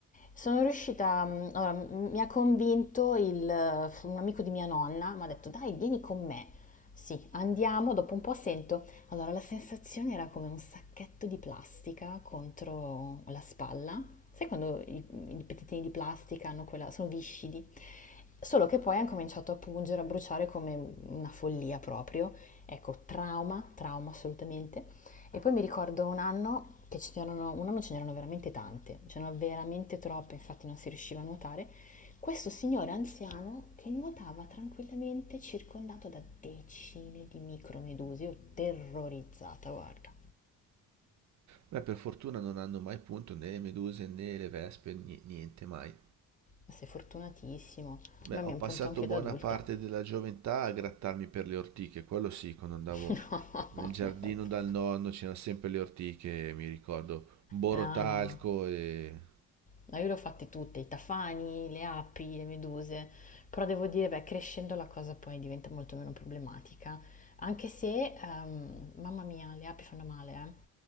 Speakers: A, on the left; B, on the right.
A: Sono riuscita, mm, allora, m- mi ha convinto il, eh, un amico di mia nonna, mi ha detto, dai, vieni con me. Sì, andiamo, dopo un po' sento. Allora, la sensazione era come un sacchetto di plastica contro la spalla. Sai quando i, i pezzettini di plastica hanno quella, sono viscidi? Solo che poi hanno cominciato a pungere, a bruciare come una follia proprio. Ecco, trauma, trauma assolutamente. E poi mi ricordo un anno che ce n'erano, un anno ce n'erano veramente tante, ce n'erano veramente troppe, infatti non si riusciva a nuotare. Questo signore anziano che nuotava tranquillamente circondato da decine di micromedusi, io terrorizzata, guarda.
B: Beh, per fortuna non hanno mai punto né le meduse né le vespe, ni- niente mai.
A: Sei fortunatissimo.
B: Beh,
A: A me mi
B: ho
A: ha un
B: passato
A: punto anche
B: buona
A: da adulta.
B: parte della gioventù a grattarmi per le ortiche, quello sì, quando andavo
A: <laughs>
B: nel giardino dal nonno c'erano sempre le ortiche, mi ricordo, borotalco
A: No, no.
B: e
A: Ma io le ho fatte tutte, i tafani, le api, le meduse, però devo dire, beh, crescendo la cosa poi diventa molto meno problematica, anche se, ehm, mamma mia, le api fanno male, eh.